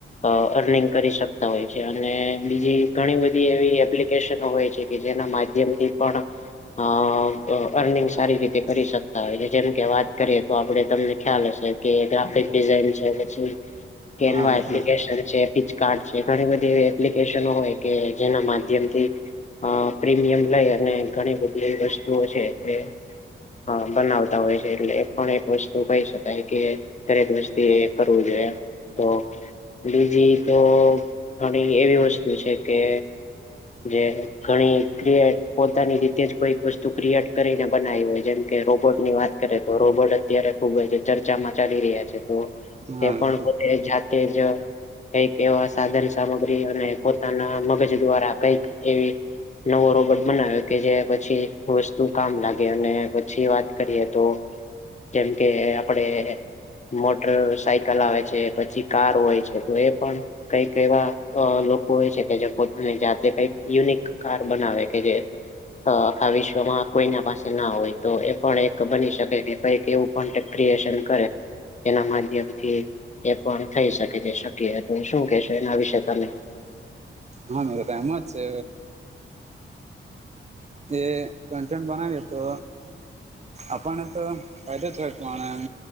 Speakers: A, on the left (about 35°); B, on the right (about 30°).
A: અ અર્નિંગ કરી શકતા હોય છે અને બીજી ઘણી બધી એવી એપ્લિકેશનો હોય છે કે જેના માધ્યમથી પણ અ અર્નિંગ સારી રીતે કરી શકતા હોય છે. જેમ કે વાત કરીએ તો આપડે તમને ખ્યાલ હશે કે ગ્રાફિક ડિઝઇન છે પછી કેવા
B: હા મિત્ર
A: એપ્લિકેશન છે હીંચકાર્ટ છે. ઘણી બધી એવી એપ્લિકેશનો હોય કે જેના માધ્યમથી અ પ્રીમિયમ લઈ અને ઘણી બધી એવી વસ્તુઓ છે, કે હન, બનાવતા હોય છે. એટલે એ પણ એક વસ્તુ કઈ શકાય કે દરેક વસ્તીએ કરવું જોઈએ. તો બીજી તો ઘણી એવી વસ્તુ છે કે જે ઘણી ક્રિએ પોતાની રીતે જ કોઈક વસ્તુ ક્રિએટ કરીને બનાવી હોય, જેમ કે રોબોટની વાત કરે તો રોબોટ અત્યારે ખુબ જ ચર્ચામાં ચાલી રહ્યા છે. તો
B: હા
A: તે પણ
B: મિત્ર
A: પોતે જાત તે જ કઈક એવા સાધન, સામગ્રી અને પોતાના મગજ દ્વારા કઈક એવી નવો રોબોટ બનાયો કે જે પછી વસ્તુ કામ લાગે અને પછી વાત કરીએ તો કેમ કે આપડે મોટર સાયકલ આવે છે, પછી કાર હોય છે, તો એ પણ કઈક એવા અ લોકો હોય છે કે જે પોતાની જાત તે કઈક યુનિક કાર બનાવે કે જે અ આખા વિશ્વમાં કોઈના પાસે ના હોય. તો એ પણ એક બની શકે કે કઈક એવું કોન્ટેક ક્રિએશન કરે. એના માધ્યમથી એ પણ થઈ શકે છે શકય. તો શું કેશો એના વિશે તમે?
B: હા, મેરો તેમ જ છે. એ કન્ટન્ટ બનાવીએ તો આપણને તો ફાયદો જ હોય પણ